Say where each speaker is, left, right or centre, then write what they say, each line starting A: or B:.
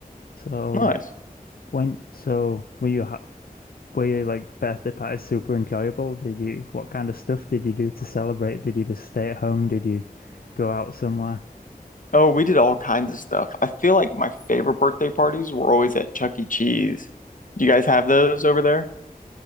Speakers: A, on the left; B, on the left.
A: So.
B: Nice.
A: When so were you ha were you like birthday parties super enjoyable? Did you what kind of stuff did you do to celebrate? Did you just stay at home? Did you go out somewhere?
B: Oh, we did all kinds of stuff. I feel like my favorite birthday parties were always at Chuck E. Cheese. Do you guys have those over there?